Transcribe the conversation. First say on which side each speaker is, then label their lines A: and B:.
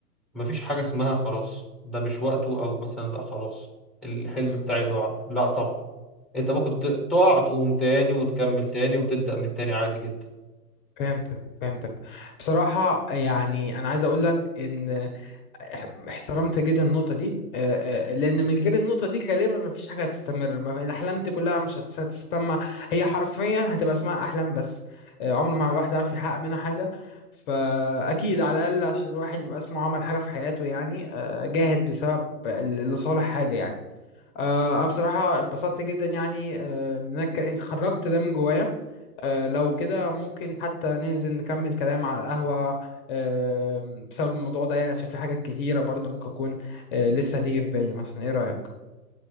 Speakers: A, in the centre; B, on the left.
A: مفيش حاجه اسمها خلاص ده مش وقته او مثلا لا خلاص الحلم
B: مم.
A: بتاعي ضاع لا طبعا انت ممكن ت- تقع تقوم تاني وتكمل تاني وتبدأ من تاني عادي جدا
B: فهمتك فهمتك بصراحة يعني أنا عايز أقول لك إن احترمت جدا النقطة دي آه، آه، لأن من غير النقطة دي غالبا مفيش حاجة هتستمر ما في- الأحلام دي كلها مش هتس- هتستمع هي حرفيا هتبقى اسمها أحلام بس آه، عمر ما الواحد عارف يحقق منها حاجة فأكيد على الأقل عشان الواحد يبقى اسمه عمل حاجة في حياته يعني آه، جاهد بسبب ال- لصالح حاجة يعني آه، أنا بصراحة اتبسطت جدا يعني آه، إن أنا اتك- اتخرجت ده من جوايا آه، لو كده ممكن حتى ننزل نكمل كلام على القهوة آه، بسبب الموضوع ده يعني عشان في حاجات كتيرة برضو ممكن تكون آه، لسه هتيجي في بالي مثلا ايه رأيك؟